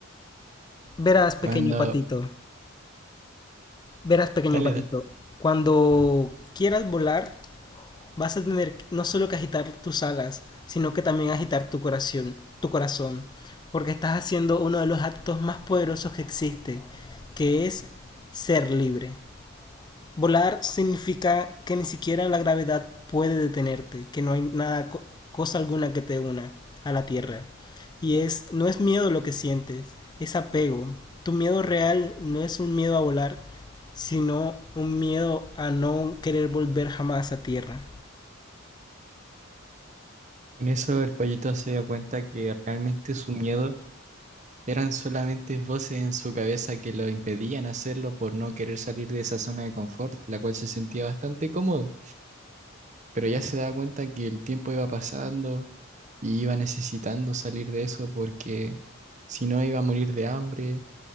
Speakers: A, on the left (about 20°); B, on the right (about 35°).
A: Verás, pequeño
B: Cuando...
A: patito, verás, pequeño
B: Dale,
A: patito,
B: dale.
A: cuando quieras volar, vas a tener no solo que agitar tus alas, sino que también agitar tu corazón, tu corazón, porque estás haciendo uno de los actos más poderosos que existe, que es ser libre. Volar significa que ni siquiera la gravedad puede detenerte, que no hay nada, cosa alguna que te una a la tierra. Y es, no es miedo lo que sientes, es apego. Tu miedo real no es un miedo a volar, sino un miedo a no querer volver jamás a tierra.
B: Con eso el pollito se dio cuenta que realmente su miedo Eran solamente voces en su cabeza que lo impedían hacerlo por no querer salir de esa zona de confort, la cual se sentía bastante cómodo, pero ya se daba cuenta que el tiempo iba pasando y iba necesitando salir de eso porque si no iba a morir de hambre,